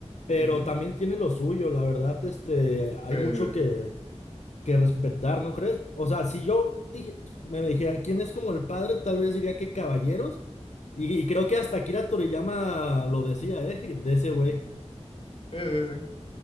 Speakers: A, on the left (about 80°); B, on the left (about 55°).
A: pero
B: Ujú.
A: también tiene lo suyo. La verdad, este, hay
B: Sí, sí,
A: mucho
B: sí.
A: que, que respetar, ¿no crees? O sea, si yo dije, me dijeran quién es como el padre, tal vez diría que Caballeros. Y, y creo que hasta Akira Toriyama lo decía, ¿eh? De ese güey.
B: Sí, sí, sí.